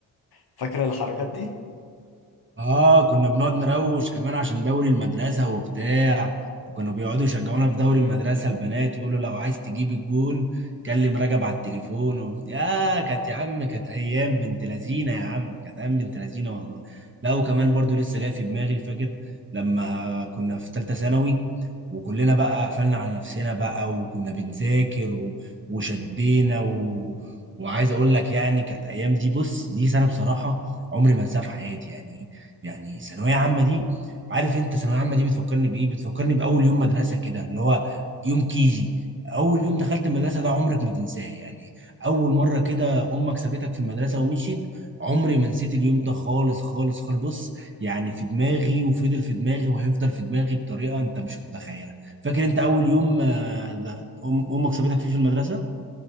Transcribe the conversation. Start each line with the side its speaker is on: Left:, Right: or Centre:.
Left: فاكرة الحركات دي؟
Right: اه كنا بنقعد نروش كمان عشان دوري المدرسة وبتاع وكانوا بيقعدوا يشجعونا في دوري المدرسة البنات يقولوا لو عايز تجيب الجون كلم رجب على التليفون و... يا كانت يا عم كانت ايام بنت لذينة يا عم كانت ايام بنت لذينة والله لا وكمان برضو لسه جاي في دماغي فاكر لما كنا في ثالثة ثانوي وكلنا بقى قفلنا على نفسنا بقى وكنا بنذاكر و... وشدينا و... وعايز اقول لك يعني كانت ايام دي بص دي سنة بصراحة عمري ما انساها في حياتي يعني يعني ثانوية عامة دي عارف انت ثانوية عامة دي بتفكرني بإيه؟ بتفكرني بأول يوم مدرسة كده اللي هو يوم كيجي أول يوم دخلت المدرسة ده عمرك ما تنساه يعني أول مرة كده أمك سابتك في المدرسة ومشيت عمري ما نسيت اليوم ده خالص خالص خالص بص يعني في دماغي وفضل في دماغي وهيفضل في دماغي بطريقة أنت مش متخيلة فاكر أنت أول يوم آه، ده أم- أمك سابتك فيه في المدرسة؟